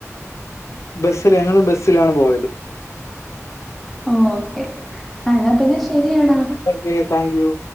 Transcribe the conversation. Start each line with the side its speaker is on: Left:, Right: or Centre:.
Left: ബസ്സില് ഞങ്ങൾ ബസ്സിലാണ് പോയത്
Centre: ഓക്കെ എന്നാ പിന്നെ ശരിയാടാ
Left: ഓക്കെ താങ്ക് യു